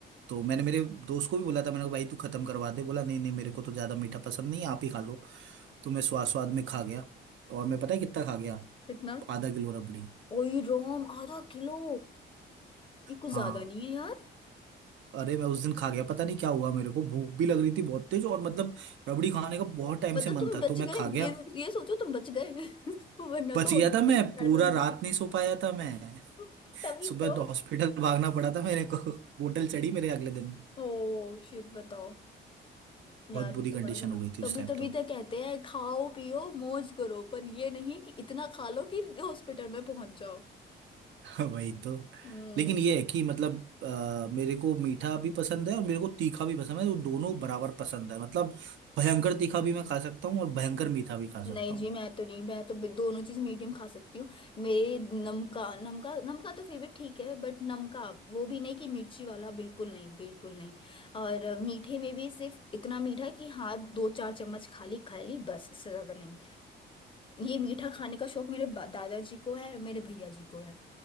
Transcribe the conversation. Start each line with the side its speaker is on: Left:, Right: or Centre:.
Right: तो मैंने मेरे दोस्त को भी बोला था मैंने कहा भाई तू खत्म करवा दे बोला नहीं नहीं मेरे को तो ज्यादा मीठा पसंद नहीं है आप ही खा लो तो मैं स्वाद स्वाद में खा गया और मैं पता है कितना खा गया
Left: इतना
Right: आधा किलो रबड़ी
Left: ओई रोम आधा किलो ये कुछ
Right: हाँ
Left: ज्यादा नहीं है यार
Right: अरे मैं उस दिन खा गया पता नहीं क्या हुआ मेरे को भूख भी लग रही थी बहुत तेज और मतलब रबड़ी खाने का बहुत टाइम
Left: मतलब
Right: से मन
Left: तुम
Right: था
Left: बच
Right: तो मैं
Left: गए
Right: खा गया
Left: ये ये सोचो तुम बच गए <laughs> वरना
Right: बच
Left: तो
Right: गया
Left: हॉस्पिटल
Right: था मैं
Left: के
Right: पूरा
Left: बेड में मिलते
Right: रात नहीं सो पाया था मैं
Left: <laughs> तभी
Right: सुबह
Left: तो
Right: तो हॉस्पिटल भागना पड़ा था मेरे को <laughs> बोतल चढ़ी मेरे अगले दिन
Left: ओ शिट बताओ यार
Right: बहुत बुरी
Left: ये तो
Right: कंडीशन
Left: बड़ा खराब
Right: हो गई थी
Left: तभी
Right: उस टाइम
Left: तभी
Right: तो
Left: तो कहते हैं खाओ पियो मौज करो पर ये नहीं कि इतना खा लो कि हॉस्पिटल में पहुंच जाओ
Right: <laughs> वही तो
Left: हम्म
Right: लेकिन ये है कि मतलब अ, मेरे को मीठा भी पसंद है और मेरे को तीखा भी पसंद है वो दोनों बराबर पसंद है मतलब भयंकर तीखा भी मैं खा सकता हूँ और भयंकर मीठा भी खा
Left: नहीं
Right: सकता हूँ
Left: जी मैं तो नहीं मैं तो बि- दोनों चीज मीडियम खा सकती हूँ मेरे नमका नमका नमका तो फिर भी ठीक है बट नमका वो भी नहीं कि मिर्ची वाला बिल्कुल नहीं बिल्कुल नहीं और अ, मीठे में भी सिर्फ इतना मीठा कि हाँ दो चार चम्मच खाली खा ली बस इससे ज्यादा नहीं ये मीठा खाने का शौक मेरे बा- दादाजी को है मेरे भैया जी को है